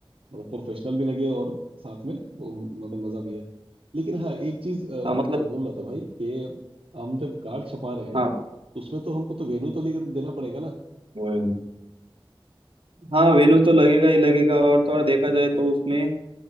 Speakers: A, on the right; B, on the right.
A: मतलब प्रोफेशनल भी लगे और साथ में वो मतलब मजा भी है लेकिन हाँ एक चीज अ, अ,
B: हाँ मतलब
A: बोल रहा था भाई कि हम जब कार्ड छपा रहे हैं
B: हाँ
A: तो उसमें तो हमको तो वेन्यू तो लेकर देना पड़ेगा ना
B: हाँ हाँ वेन्यू तो लगेगा ही लगेगा और तो और देखा जाए तो उसमें